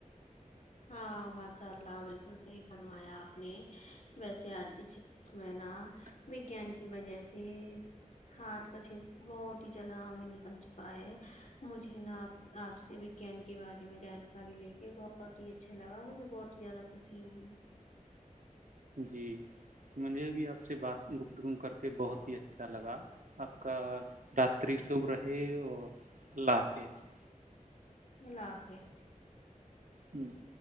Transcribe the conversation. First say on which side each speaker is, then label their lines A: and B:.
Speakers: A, on the left; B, on the right.
A: ہاں ماشاء اللہ بالکل صحیح فرمایا آپ نے ویسے آج کی چز میں نا وگان کی وجہ سے آج کا چت بہت ہی زیادہ آگے نکل چکا ہے مجھے نا آپ آپ سے وجان کے بارے میں جانکاری لے کے ب بہت ہی اچھا لگا مجھے بہت ہی زیادہ خوشی ہوئی
B: جی مجھے بھی آپ سے بات گپت گ کر کے بہت ہی اچھا لگا آپ کا داتری شب رہے اور اللہ حافظ
A: اللہ حافظ
B: ہوں